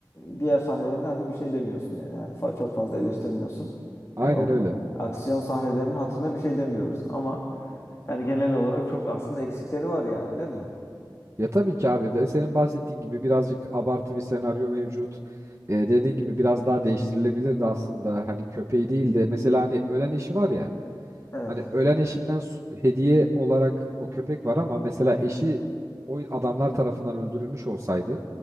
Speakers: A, on the left; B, on the right.
A: e, diğer sahnelerden hadi bir şey demiyorsun. Yani fa- çok fazla eleştirmiyorsun.
B: Aynen
A: Yani o
B: öyle.
A: aksiyon sahnelerinin hatırına bir şey demiyoruz ama yani genel olarak çok aslında eksikleri var yani değil mi?
B: Ya tabii ki abi de senin bahsettiğin gibi birazcık abartı bir senaryo mevcut. Ee, dediğin gibi biraz daha değiştirilebilirdi aslında. Hani köpeği değil de mesela hani ölen eşi var ya.
A: Evet.
B: Hani ölen eşinden su- hediye olarak o köpek var ama mesela eşi o adamlar tarafından öldürülmüş olsaydı